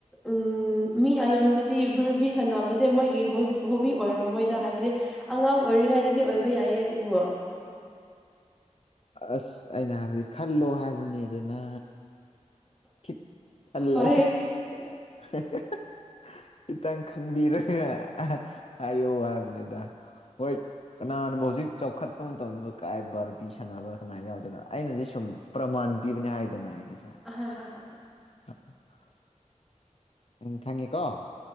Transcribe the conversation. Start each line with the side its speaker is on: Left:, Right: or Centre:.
Centre: ꯎꯝ ꯃꯤ ꯑꯌꯥꯝꯕꯗꯤ ꯚꯔꯕꯤ ꯁꯥꯟꯅꯕꯁꯦ ꯃꯣꯏꯒꯤ ꯍꯣꯕꯤ ꯑꯣꯏꯔꯣ ꯃꯣꯏꯗ ꯍꯥꯏꯕꯗꯤ ꯑꯉꯥꯡ ꯑꯣꯏꯔꯤꯉꯩꯗꯗꯤ ꯑꯣꯏꯕ ꯌꯥꯏꯌꯦ ꯑꯗꯨꯕꯨ
Left: ꯑꯁ ꯑꯩꯅ ꯍꯥꯏꯕꯗꯤ ꯈꯜꯂꯣ ꯍꯥꯏꯕꯅꯤꯗꯅ ꯈꯤꯠ ꯈꯜꯂꯒ
Centre: ꯍꯣꯏ
Left: ꯍꯥ ꯍꯥ ꯍꯥ ꯈꯤꯇꯪ ꯈꯟꯕꯤꯔ ꯒ ꯍꯥꯏꯌꯣ ꯍꯥꯏꯕꯅꯤꯗ ꯑꯣꯏ ꯀꯅꯅꯥꯕꯨ ꯍꯧꯖꯤꯛ ꯆꯥꯎꯈꯠꯄ ꯃꯇꯝꯗꯕꯨ ꯀꯥꯏ ꯕꯥꯔꯕꯤ ꯁꯥꯟꯅꯕ ꯀꯅꯥ ꯌꯥꯎꯗꯅ ꯑꯩꯅꯗꯤ ꯁꯨꯝ ꯄ꯭ꯔꯃꯟ ꯄꯤꯕꯅꯦ ꯍꯥꯏꯗꯅ ꯑꯩ ꯉꯁꯥꯏ
Centre: ꯍꯥ ꯍꯥ ꯍꯥ
Left: <inaudible> ꯎꯝ ꯈꯪꯉꯤꯀꯣ